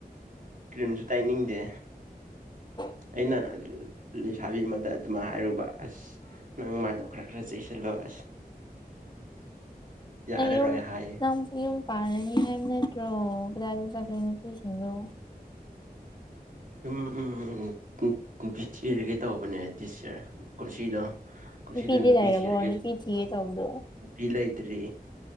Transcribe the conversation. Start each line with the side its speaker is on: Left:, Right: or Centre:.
Right: ꯀ꯭ꯔꯤꯝꯁꯨ ꯇꯩꯅꯤꯡꯗꯦ
Left: <inaudible>
Right: ꯑꯩꯅ ꯂꯩꯁꯥꯕꯤ ꯑꯃꯗ ꯑꯗꯨꯃꯥꯏ ꯍꯥꯏꯔꯨꯕ ꯑꯁ ꯅꯪ ꯃꯥꯏꯗꯣ ꯈꯔ ꯈꯔ ꯆꯦꯛꯁꯤꯜꯂꯣ ꯑꯁ
Left: <inaudible>
Right: ꯌꯥꯔꯔꯣꯏ
Left: ꯅꯪ ꯌꯨꯝ
Right: ꯍꯥꯏꯌꯦ
Left: ꯅꯪ ꯌꯨꯝ ꯄꯥꯔꯅꯤ ꯍꯥꯏꯕ ꯅꯠꯇ꯭ꯔꯣ ꯀꯗꯥꯏꯗ ꯖꯒꯩ ꯅꯨꯄꯤꯁꯤꯡꯗꯣ
Right: ꯎꯝ ꯎꯝ ꯎꯝ ꯅꯨꯄꯤ ꯊꯤꯔꯒꯦ ꯇꯧꯕꯅꯦ ꯗꯤꯁ ꯌꯥꯔ ꯀꯨꯝꯁꯤꯗꯣ ꯀꯨꯝꯁꯤꯗꯣ
Left: ꯅꯨꯄꯤꯗꯤ
Right: ꯅꯨꯄꯤ
Left: ꯂꯩꯔꯕꯣ
Right: ꯊꯤꯔꯒꯦ
Left: ꯅꯨꯄꯤ ꯊꯤꯒꯦ ꯇꯧꯕꯗꯣ
Right: ꯅꯨꯄꯤ ꯂꯩꯇꯔꯤ